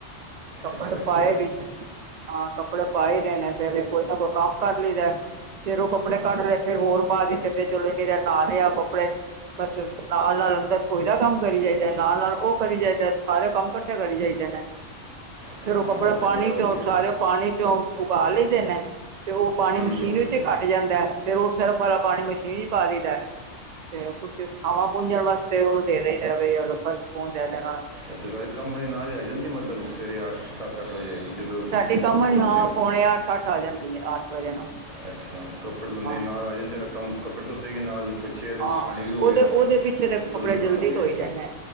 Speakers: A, on the right; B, on the right.
A: ਕੱਪੜੇ
B: ਅੱਛਾ ਅੱਛਾ
A: ਪਾਏ ਵਿੱਚ ਹਾਂ ਕੱਪੜੇ ਪਾਏ ਹੀ ਦੇ ਨੇ ਫੇਰ ਕੋਈ ਨਾ ਕੋਈ ਕੰਮ ਕਰ ਲਈਦਾ ਫੇਰ ਉਹ ਕੱਪੜੇ ਕੱਟ ਲਏ ਫੇਰ ਹੋਰ ਬ ਤੇ ਫਰ ਚਲੋ ਇੰਨੀ ਦੇਰ ਨਾਲ ਲਿਆ ਕੱਪੜੇ ਬ ਨਾਲ ਅੰਦਰ ਰਸੋਈ ਦਾ ਕੰਮ ਕਰੀ ਜਾਈਦਾ ਨਾਲ ਨਾਲ ਉਹ ਕਰੀ ਜਾਈਦਾ ਸਾਰੇ ਕੰਮ ਇਕੱਠੇ ਕਰੀ ਜਾਈਦੇ ਨੇ
B: ਹਾਂ
A: ਫਿਰ ਉਹ ਕੱਪੜੇ
B: ਇਹ
A: ਪਾਣੀ
B: ਤੇ ਬੜਾ ਵਧੀਆ
A: ਚੋਂ ਸਾਰੇ ਪਾਣੀ ਚੋਂ ਉਗਾ ਲਈਦੇ ਨੇ ਤੇ ਉਹ ਪਾਣੀ
B: ਹੂੰ
A: ਮਸ਼ੀਨ ਵਿੱਚ
B: ਹੂੰ।
A: ਘੱਟ ਜਾਂਦਾ ਫਿਰ ਉਹ ਸਰਫ ਵਾਲਾ ਪਾਣੀ ਮਸ਼ੀਨ ਚ ਹੀ ਪਾ ਦਈਦਾ ਤੇ ਕੁਛ ਥਾਂਵਾਂ ਪੂੰਜਣ ਵਾਸਤੇ ਉਹਨੂੰ ਦੇ ਦਈਦਾ ਬਈ ਆ ਲੈ ਫਰਸ਼ ਪੁੰਜ ਇਹਦੇ ਨਾਲ
B: ਅੱਛਾ ਬਾਈ ਕਮਰੇ ਨਾਲ ਹੀ ਆ ਜਾਂਦੀ ਮਤਲਬ ਸਵੇਰੇ ਅੱਠ ਸੱਤ ਘੱਟ ਹੋ ਜਾਏ ਜਦੋਂ
A: ਸਾਡੇ
B: ਤੁਸੀ
A: ਕੰਮ
B: ਕੱਪੜੇ
A: ਦੀ
B: ਧੋਂਂਦੇ
A: ਹਾਂ
B: ਹੋ
A: ਪੌਣੇ ਅੱਠ ਅੱਠ ਆ ਜਾਂਦੀ ਹੈ ਅੱਠ ਵਜੇ ਨਾਲ
B: ਅੱਛਾ ਕੱਪੜੇ ਧੋਂਦੇ
A: ਹਾਂ
B: ਨਾਲ ਆ ਜਾਂਦੇ ਤਾਂ ਕੰਮ ਕੱਪੜੇ ਧੋਤੇ ਗਏ ਨਾਲ ਪੁੱਛੇ ਹੇ
A: ਹਾਂ
B: ਪਾਣੀ ਵੀ ਹੋ
A: ਉਹਦੇ
B: ਗਿਆ
A: ਉਹਦੇ ਪਿੱਛੇ ਦੇ ਕੱਪੜੇ
B: ਦੋਨੋਂ
A: ਜਲਦੀ
B: ਕੰਮ ਹੋ ਗਏ
A: ਧੋਈ ਜਾਂਦੇ ਆ।